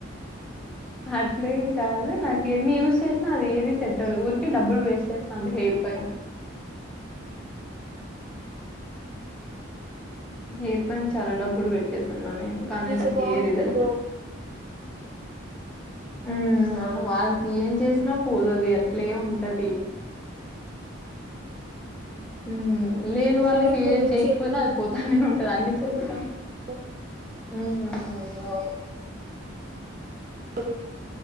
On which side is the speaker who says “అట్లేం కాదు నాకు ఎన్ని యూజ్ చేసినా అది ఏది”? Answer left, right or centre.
Centre